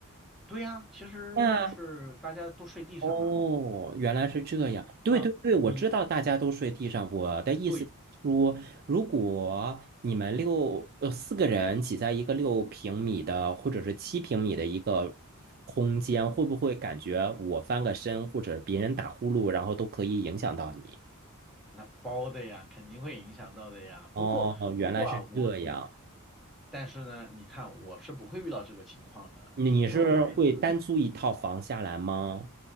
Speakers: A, in the centre; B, on the right (about 45°).
A: 对呀，其实就是大家都睡地上啊。
B: 那哦，原来是这样。对对对，
A: 嗯，
B: 我知道大家都睡地上。
A: 你
B: 我的意思是说，
A: 对
B: 如果你们六呃四个人挤在一个六平米的或者是七平米的一个空间，会不会感觉我翻个身或者别人打呼噜，然后都可以影响到你？
A: 那包的呀，肯定会影响到的呀。不过，
B: 哦，原来是这样。
A: 不过啊，我自，但是呢，你看，我是不会遇到这个情况的，
B: 你是会单租一套房下来吗？
A: 因为我是自，